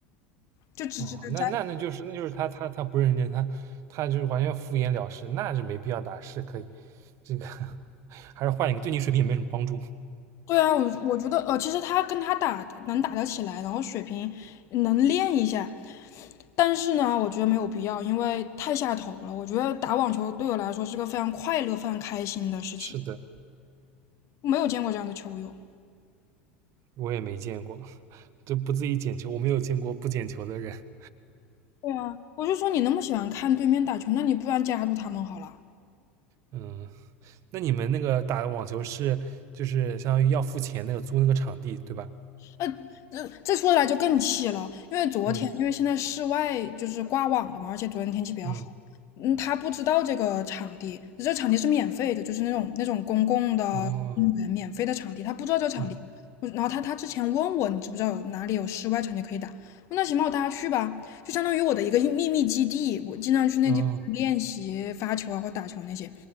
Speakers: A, on the left; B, on the right.
A: 就直直的站。
B: 哦，那那那就是那就是他他他不认真，他他就是完全敷衍了事，那就没必要打，是可以这个还是换一个，对你水平也没什么帮助。
A: 对啊，我我觉得呃，其实他跟他打打能打得起来，然后水平能练一下，但是呢，我觉得没有必要，因为太下头了。我觉得打网球对我来说是个非常快乐、非常开心的事情，
B: 是的，
A: 我没有见过这样的球友。
B: 我也没见过，就不自己捡球，我没有见过不捡球的人。
A: 对啊，我就说你那么喜欢看对面打球，那你不然加入他们好了。
B: 嗯，那你们那个打网球是就是相当于要付钱那个租那个场地对吧？
A: 那这这说起来就更气了，因为昨天因为现在室外就是挂网了嘛，
B: 嗯
A: 而且昨天天气比较好，
B: 嗯
A: 嗯，他不知道这个场地，这场地是免费的，就是那种那种公共的公园免费的场地，
B: 哦
A: 他不知道这个场地，
B: 嗯
A: 我然后他他之前问我你知不知道有哪里有室外场地可以打，我说那行吧，我带他去吧，就相当于我的一个秘密基地，我经常去那地方练习发球啊或打球那些，
B: 哦